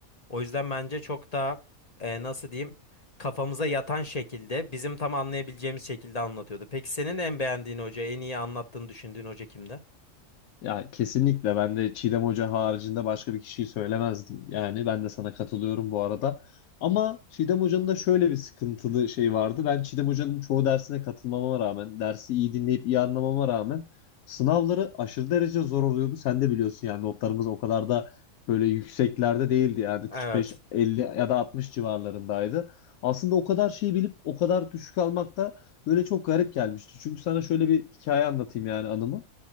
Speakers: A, on the left (about 40°); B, on the left (about 80°).
A: O yüzden bence çok daha eee, nasıl diyeyim kafamıza yatan şekilde bizim tam anlayabileceğimiz şekilde anlatıyordu. Peki senin en beğendiğin hoca, en iyi anlattığını düşündüğün hoca kimdi?
B: Ya kesinlikle ben de Çiğdem Hoca haricinde başka bir kişiyi söylemezdim. Yani ben de sana katılıyorum bu arada. Ama Çiğdem Hoca'nın da şöyle bir sıkıntılı şey vardı. Ben Çiğdem Hoca'nın çoğu dersine katılmama rağmen, dersi iyi dinleyip iyi anlamama rağmen sınavları aşırı derece zor oluyordu. Sen de biliyorsun yani notlarımız o kadar da böyle yükseklerde değildi. Yani
A: Evet.
B: 45, 50 ya da 60 civarlarındaydı. Aslında o kadar şeyi bilip o kadar düşük almak da böyle çok garip gelmişti. Çünkü sana şöyle bir hikaye anlatayım yani anımı.